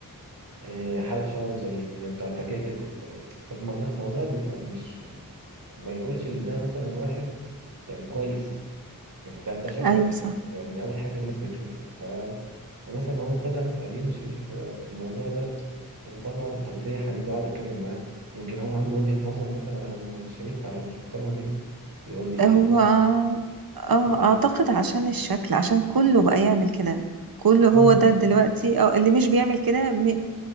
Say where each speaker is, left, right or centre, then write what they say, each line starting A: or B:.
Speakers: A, on the right (about 70°); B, on the right (about 80°).
A: آه، حلق شعره زي ال- بتاع التكاتك وف- فالم- لا الموضوع بيبقى مش ما يقولش ان ده مثلا واحد يعني كويس يعني ده ده شكلك
B: ايوه صح
A: يعني اول حاجه الناس بتشوفه ف فمثلا هو ابتدى ف- يمشي في في الموضوع ده وطبعا طب ليه يا حبيبي اقعد اتكلم معاه يمكن هو عنده وجهه نظر مثلا انا ما- مش شايفها او مش مقتنع بيه يقول لي
B: هو
A: بص
B: اه
A: قولي
B: اعتقد عشان الشكل عشان كله بقى يعمل كده كله هو
A: اه
B: ده دلوقتي اه اللي مش بيعمل كده م-